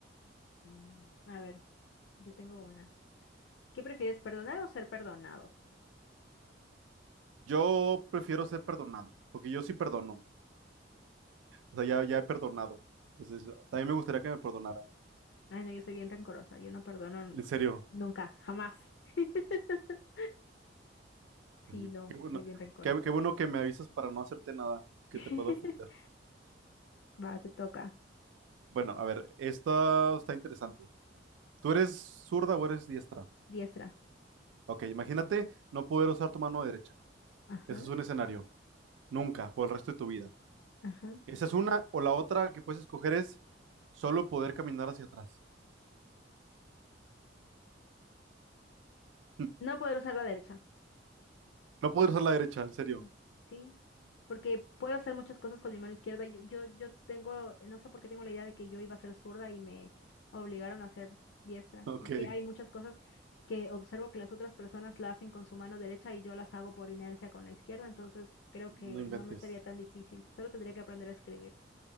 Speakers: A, on the left; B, on the right.
A: Mm, A ver, yo tengo una. ¿Qué prefieres, perdonar o ser perdonado?
B: Yo prefiero ser perdonado, porque yo sí perdono. O sea, ya, ya he perdonado. Entonces, también me gustaría que me perdonaran.
A: Ay, no, yo soy bien rencorosa. Yo no perdono n-
B: En serio.
A: nunca, jamás. <laughs> Sí,
B: Oye,
A: no,
B: qué bueno.
A: soy bien rencoroso.
B: Qué, qué bueno que me avisas para no hacerte nada que
A: <laughs>
B: te pueda ofender.
A: Va, te toca.
B: Bueno, a ver, esto está interesante. ¿Tú eres zurda o eres diestra?
A: Diestra.
B: Ok, imagínate no poder usar tu mano derecha.
A: Ajá,
B: Ese es un escenario. Nunca, por el resto de tu vida.
A: ajá.
B: Esa es una, o la otra que puedes escoger es solo poder caminar hacia atrás. <laughs>
A: No poder usar la derecha.
B: No poder usar la derecha, en serio.
A: Sí, sí, porque puedo hacer muchas cosas con mi mano izquierda. Yo, yo, yo tengo, no sé por qué tengo la idea de que yo iba a ser zurda y me obligaron a ser diestra,
B: Ok,
A: porque hay muchas cosas que observo que las otras personas la hacen con su mano derecha y yo las hago por inercia con la izquierda, entonces creo
B: no
A: que
B: inventes.
A: no me sería tan difícil, solo tendría que aprender a escribir.